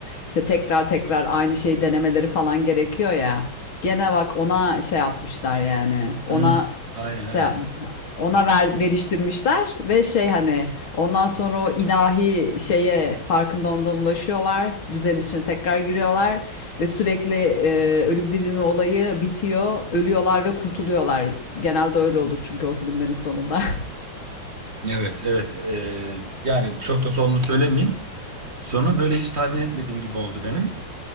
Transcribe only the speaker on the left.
işte tekrar tekrar aynı şeyi denemeleri falan gerekiyor ya. Gene bak ona şey yapmışlar yani. Ona
şey
ona ver, veriştirmişler ve şey hani ondan sonra o ilahi şeye farkında olmadan ulaşıyorlar. Düzenin içine tekrar giriyorlar ve sürekli e, ölüp dirilme olayı bitiyor. Ölüyorlar ve kurtuluyorlar. Genelde öyle olur çünkü o filmlerin sonunda. <laughs>